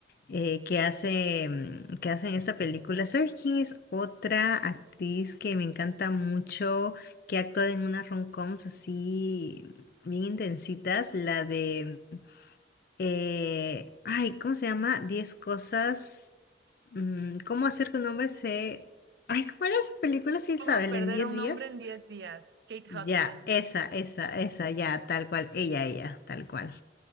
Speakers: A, on the left; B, on the right.
A: eh, que hace, mm, que hace en esta película. ¿Sabes quién es otra actriz que me encanta mucho, que actúa en unas rom-coms así bien intensitas? La de eh, ay, ¿cómo se llama? Diez cosas. mm, ¿cómo hacer que un hombre se... Ay, ¿cómo era esa película? Sí, Isabel,
B: ¿Cómo perder
A: en diez
B: a un
A: días.
B: hombre en 10 días? Kate Hudson.
A: Ya, esa, esa, esa, ya, tal cual. Ella, ella, tal cual.